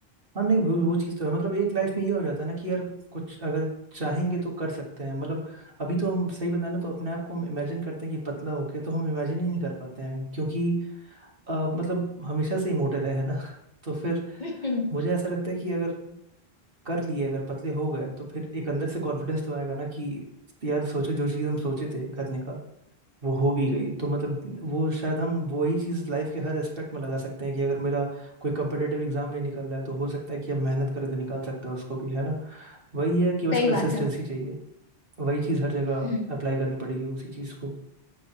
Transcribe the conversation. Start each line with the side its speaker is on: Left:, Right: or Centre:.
Right: हाँ नहीं वो वो चीज़ तो है मतलब एक लाइफ में ये हो जाता है ना कि यार कुछ अगर चाहेंगे तो कर सकते हैं मतलब अभी तो हम सही बताएं ना तो अपने आप को हम इमेजिन करते हैं कि पतला होके तो हम इमेजिन ही नहीं कर पाते हैं क्योंकि अ, मतलब हमेशा से ही मोटे रहे हैं ना <laughs> तो फिर
Left: <laughs>
Right: मुझे ऐसा लगता है कि अगर कर लिए अगर पतले हो गए तो फिर एक अंदर से कॉन्फिडेंस तो आएगा ना कि यार सोचो जो चीज़ हम सोचे थे करने का वो हो भी गई तो मतलब वो शायद हम वही चीज़ लाइफ के हर एस्पेक्ट में लगा सकते हैं कि अगर मेरा कोई कंपिटेटिव एग्जाम नहीं निकल रहा है तो हो सकता है कि हम मेहनत करें तो निकाल सकते हैं उसको भी है ना वही है कि बस
Left: सही बात
Right: कंसिस्टेंसी
Left: है
Right: चाहिए वही चीज़ हर जगह
Left: हम्म
Right: अप्लाई करनी पड़ेगी उसी चीज़ को